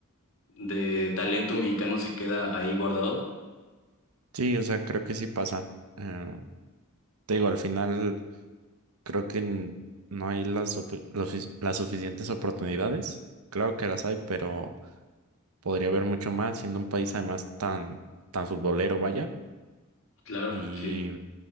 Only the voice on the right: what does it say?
sí, o sea, creo que sí pasa. Eh, te digo, al final creo que n- no hay las, supe- lo sufic- las suficientes oportunidades, claro que las hay, pero podría haber mucho más, siendo un país además tan, tan futbolero, vaya,
y